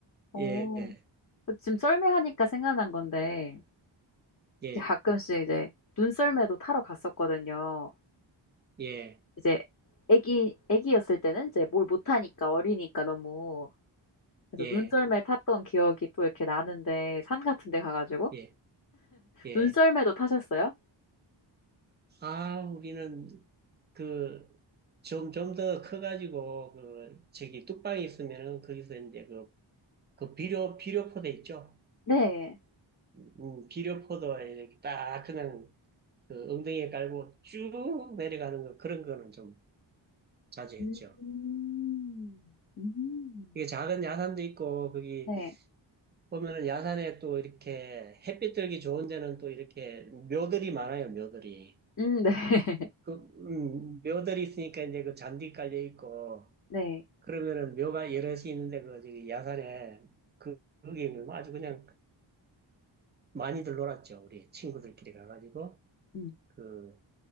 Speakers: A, on the left (about 40°); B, on the right (about 25°).
A: 어,
B: 예, 예,
A: 지금 썰매하니까 생각난 건데,
B: 예,
A: 이제 가끔씩 이제 눈썰매도 타러 갔었거든요.
B: 예,
A: 이제 애기, 애기였을 때는 이제 뭘 못하니까 어리니까 너무. 그래서
B: 예,
A: 눈썰매 탔던 기억이 또 이렇게 나는데, 산 같은 데 가가지고.
B: 예, 예.
A: 눈썰매도 타셨어요?
B: 아, 우리는 그, 좀, 좀 더 커가지고, 그, 저기, 뚝방이 있으면은, 거기서 이제 그, 그 비료, 비료포대 있죠?
A: 네.
B: 음, 비료포도에 이렇게 딱 그냥 그 엉덩이에 깔고 쭉 내려가는 거, 그런 거는 좀 자주 했죠.
A: 음, 음.
B: 이게 작은 야산도 있고, 거기
A: 네.
B: 보면은 야산에 또 이렇게 햇빛 들기 좋은 데는 또 이렇게 묘들이 많아요, 묘들이.
A: 음, 네. <laughs>
B: 그, 음, 묘들이 있으니까 이제 그 잔디 깔려 있고,
A: 네.
B: 그러면은 묘가 여럿이 있는데 그 저기 야산에 그 거기는 아주 그냥 많이들 놀았죠. 우리 친구들끼리 가가지고
A: 음,
B: 그